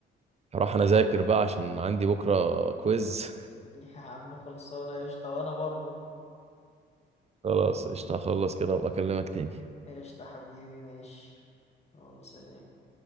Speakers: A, on the right (about 30°); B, on the left (about 30°).
A: هروح أنا أذاكر بقى عشان عندي بكرة كويز
B: يا عم خلصانة قشطة وأنا برضو
A: <laughs> خلاص قشطة هخلص كده وأبقى أكلمك تاني
B: قشطة حبيبي ماشي يلا سلام